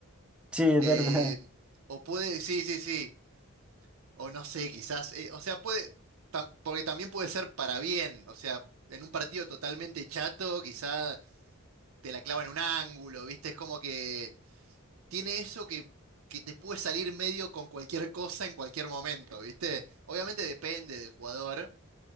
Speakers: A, in the centre; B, on the right (about 70°).
A: Sí, es
B: Eh,
A: verdad.
B: o puede, sí, sí, sí, o no sé, quizás, eh, o sea, puede, tam- porque también puede ser para bien, o sea, en un partido totalmente chato, quizás te la clava en un ángulo, ¿viste? Es como que tiene eso que... que te puede salir medio con cualquier cosa en cualquier momento, ¿viste? Obviamente depende del jugador,